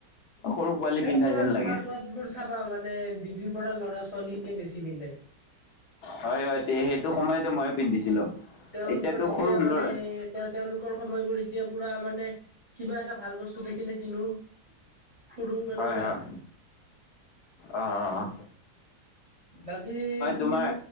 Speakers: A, on the left; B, on the right.
A: সৰু পোৱালি
B: এ
A: পিন্ধা
B: তোমাৰ
A: যেন লাগে।
B: <unintelligible> চাবা মানে ডিগ্ৰী পৰা ল'ৰা ছোৱালীয়ে বেছি পিন্ধে।
A: হয়, হয়, সেইটো সময়তে ময়ো পিন্ধিছিলো।
B: তেওঁলোকৰ
A: এতিয়াতো
B: তেতিয়া
A: সৰু
B: মানে
A: ল'ৰা
B: তেও-তেওঁলোকৰ সময়বোৰ এতিয়া পুৰা মানে কিবা এটা ভাল বস্তু দেখিলে কিনো। ফুৰো এনেকুৱা
A: হয়, হয়, অ', অ'।
B: বাকী তুমি
A: তোমাৰ